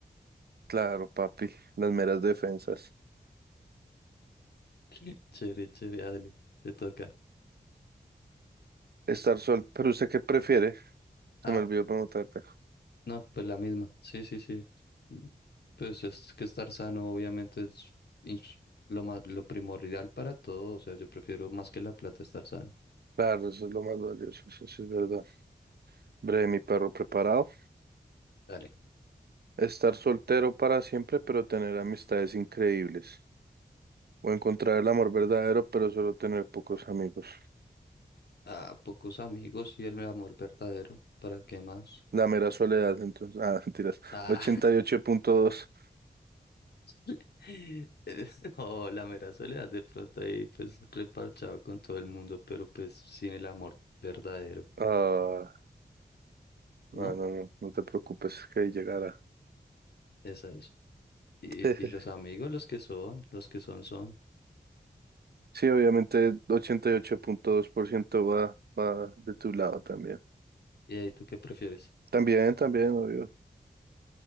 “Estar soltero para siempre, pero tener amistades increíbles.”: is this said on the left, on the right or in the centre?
Right